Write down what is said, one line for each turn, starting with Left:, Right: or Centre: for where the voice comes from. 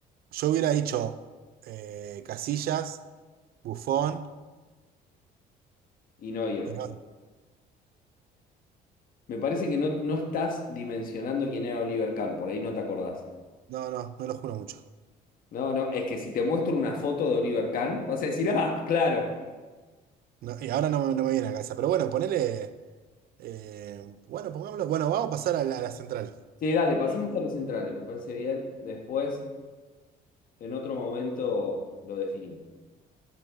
Right: Yo hubiera dicho eh, Casillas, Buffon
Left: Y Neuer.
Right: y no.
Left: Me parece que no, no estás dimensionando quién era Oliver Kahn, por ahí no te acordás.
Right: No, no, no lo juro mucho.
Left: No, no, es que si te muestro una foto de Oliver Kahn, vas a decir, ah, claro.
Right: No, y ahora no, me no me viene a la cabeza. Pero bueno, ponele. eh, bueno, pongámoslo. Bueno, vamos a pasar a la, a la central.
Left: Sí, dale, pasemos a los centrales, me parece bien. Después, en otro momento, lo definimos.